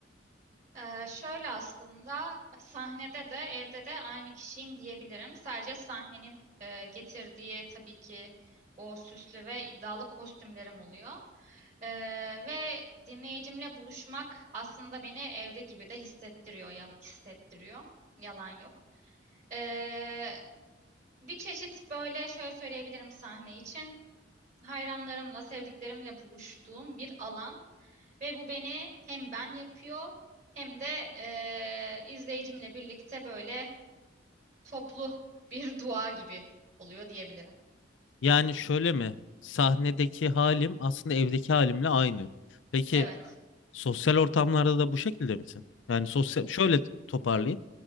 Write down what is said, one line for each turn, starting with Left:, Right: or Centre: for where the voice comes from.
Right: Ee, şöyle aslında sahnede de evde de aynı kişiyim diyebilirim. Sadece sahnenin e, getirdiği tabii ki o süslü ve iddialı kostümlerim oluyor. Ee, ve dinleyicimle buluşmak aslında beni evde gibi de hissettiriyor, yal- hissettiriyor. Yalan yok. Ee, bir çeşit böyle şöyle söyleyebilirim sahne için. Hayranlarımla, sevdiklerimle buluştuğum bir alan. Ve bu beni hem ben yapıyor hem de eee, izleyicimle birlikte böyle toplu bir <laughs> dua gibi oluyor diyebilirim.
Left: Yani şöyle mi? Sahnedeki halim aslında evdeki halimle aynı. Peki
Right: Evet.
Left: sosyal ortamlarda da bu şekilde misin? Yani sosyal şöyle toparlayayım.